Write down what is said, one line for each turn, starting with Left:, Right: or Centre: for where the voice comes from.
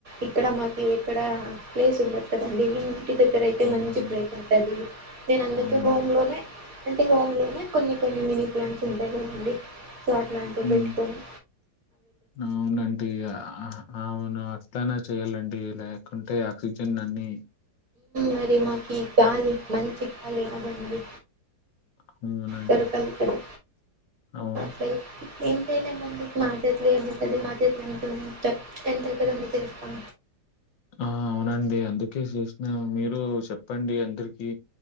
Right: ఇక్కడ మాకు ఎక్కడ ప్లేస్ ఉండది కదాడి ఇంటి దగ్గర అయితే
Left: అవునా?
Right: మంచి ప్రయత్న అంటంది నేను అందరిక
Left: అవును.
Right: హోమ్ లోనే అంటే హోమ్ లోనే కొన్ని కొన్ని మినీ ప్లాంట్స్ ఉంటాయి కదండీ చట్లాంట
Left: హ్మ్.
Right: పెట్టుకుని
Left: అవునండి అవును అట్లనా చేయ్యాలండి లేకుంటే ఆక్సిజన్ అన్ని
Right: మరి మాకు గాలి మంచి గాలి కాదండి
Left: అవునండి.
Right: దొరకాలి కదా
Left: అవును.
Right: సో మనం ఏం చేయలాం అండి ఎంటది మాలుంట ఎంత అవుతుదంట తెలుస్తా
Left: ఆ అవునండి అందుకే చేసిన మీరు చెప్పండి అందరికి